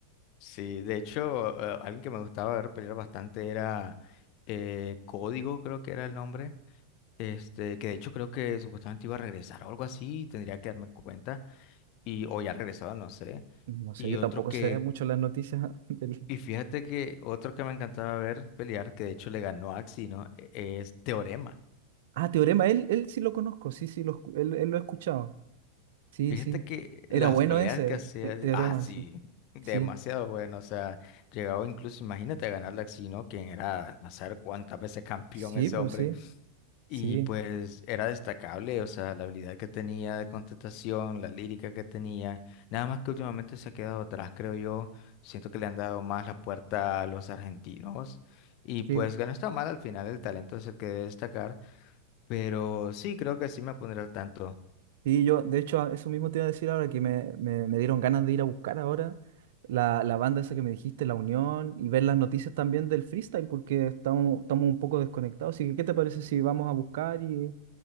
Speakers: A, on the left; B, on the right.
A: Sí, de hecho, eh, alguien que me gustaba ver pelear bastante era eh, Código, creo que era el nombre. Este, que de hecho creo que supuestamente iba a regresar o algo así, tendría que darme cuenta. Y, o ya regresado, no sé.
B: No sé,
A: Y
B: yo
A: otro
B: tampoco
A: que,
B: sé mucho las noticias <laughs> del.
A: y fíjate que otro que me encantaba ver pelear, que de hecho le ganó a Axie, ¿no? E- e, Es Teorema.
B: Ah, Teorema, él, él sí lo conozco, sí, sí, lo, escu- él, él lo he escuchado. Sí,
A: Fíjate
B: sí.
A: que las
B: Era bueno
A: peleas
B: ese,
A: que
B: el,
A: hacía,
B: el teorema,
A: ah, sí,
B: sí.
A: demasiado
B: Sí,
A: bueno. O sea, llegaba incluso, imagínate a ganarle a Axie, ¿no? Quien era, no saber cuántas veces campeón
B: sí,
A: ese
B: pues
A: hombre.
B: sí,
A: Y
B: sí,
A: pues era destacable, o sea, la habilidad que tenía de contestación, la lírica que tenía, nada más que últimamente se ha quedado atrás, creo yo. Siento que le han dado más la puerta a los argentinos. Y pues
B: sí.
A: ganó está mal al final, el talento es el que debe destacar, pero sí, creo que sí me pondré al tanto.
B: Sí, yo, de hecho, a- eso mismo te iba a decir ahora que me, me, me dieron ganas de ir a buscar ahora la, la banda esa que me dijiste, La Unión, y ver las noticias también del freestyle, porque estamos, estamos un poco desconectados. Así que, ¿qué te parece si vamos a buscar y,